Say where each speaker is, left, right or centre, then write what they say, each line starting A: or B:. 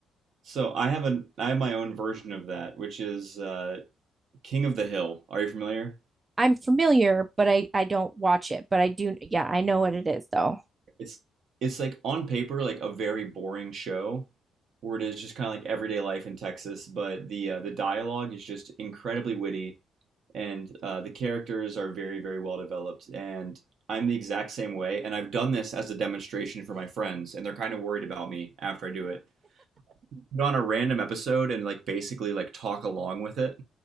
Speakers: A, on the right; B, on the right.
A: So, I have an I have my own version of that, which is uh King of the Hill. Are you familiar?
B: I'm familiar, but I I don't watch it, but I do yeah, I know what it is though.
A: It's it's like on paper like a very boring show where it is just kind of like everyday life in Texas, but the uh, the dialogue is just incredibly witty and uh, the characters are very very well developed and I'm the exact same way and I've done this as a demonstration for my friends and they're kind of worried about me after I do it. Put on a random episode and like basically like talk along with it.